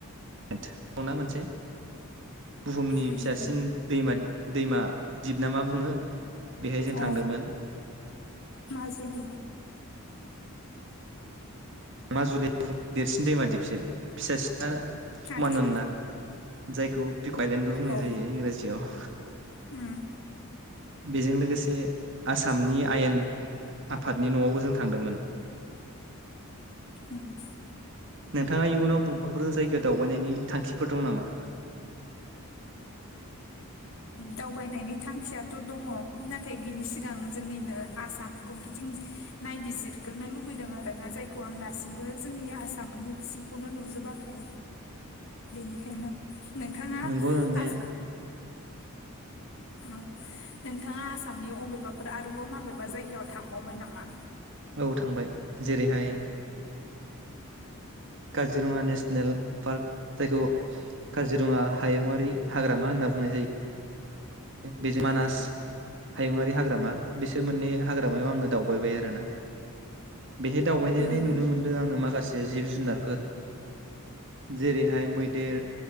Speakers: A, on the right; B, on the left.
A: दंना मोनसे बुहुमनि
B: उम
A: फिसासिन दैमा दैमा दिप ना मा बुङो बेहाय जों
B: अ
A: थांदोंमोन
B: माजुलि
A: माजुलिया देरसिन दैमा दिपसो फिसा सिना
B: आतसा
A: मानान्ना <unintelligible> जायखौ बिकइलेण्डबो <unintelligible> बुंनाय
B: औ
A: जायो इंराजियाव
B: उम
A: बेजों लोगोसे आसामनि आयेन आफादनि न'आवबो जों थांदोंमोन
B: <unintelligible> ओम
A: नोंथाङा इयुनाव ब'बाफोर जायगायाव दावबायनायनि थांखिफोर दं नामा?
B: दावबायनायनि थांखियाथ' दङ नाथाय बिनि सिगां जोंनिनो आसामखौ गिदिं नायबिजिरग्रोनो लुबैदों आरोना जायखौ आं दासिमबो जोंनि आसामनि सिंखौनो नुजोबाखै बेनिखायनो नोंथाङा
A: नंगौ नंनाया
B: आज औ नोंथाङा आस सामनि अबेबाफोर आरोबाव माबेबा जायगायाव थांबावबाय नामा?
A: औ थांबाय जेरैहाय काजिरङा नेसनेल पार्क जायखौ काजिरङा हायुङारि हाग्रामा होनना बुंनाय जायो। बेजों
B: उम
A: मानास हायुङारि हाग्रामा बिसोर मोननै हाग्रामायाव आङो दावबायबाय आरोना बेहाय दावबायनानै
B: उम
A: नुनो मोनदों आङो माखासे जिब जुनारफोर जेरैहाय मैदेर